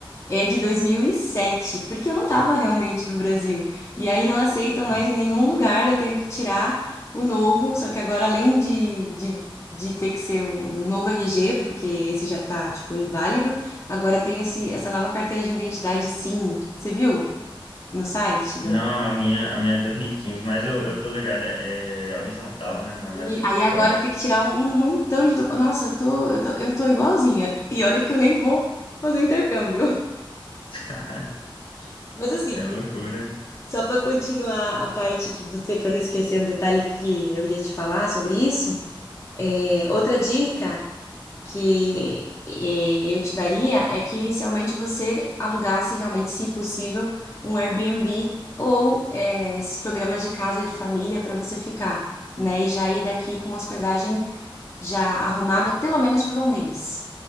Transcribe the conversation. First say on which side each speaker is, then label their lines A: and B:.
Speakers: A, on the left; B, on the left.
A: É de 2007, porque eu não estava realmente no Brasil. E aí não aceitam
B: sim.
A: mais em nenhum lugar, eu tenho que tirar o novo. Só que agora, além de, de, de ter que ser um novo RG, porque esse já tá, tipo, inválido, agora tem esse, essa nova carteira de identidade, sim. Você viu no site? do-
B: Não, a minha, a minha é 2015, mas eu, eu tô ligado, é, é horizontal, né? Não é mais
A: E
B: vertical.
A: aí agora tem que tirar um, um montão de documentos. Nossa, eu tô, eu tô, eu tô igualzinha. E olha que eu nem vou fazer intercâmbio.
B: <laughs>
A: <laughs> Mas assim,
B: É loucura.
A: Só para continuar a parte que você, para não esquecer um detalhe que eu ia te falar sobre isso, é, outra dica que é, eu te daria é que inicialmente você alugasse realmente, se possível, um Airbnb ou é, esses programas de casa de família para você ficar, né? E já ir daqui com hospedagem já arrumada pelo menos por um mês.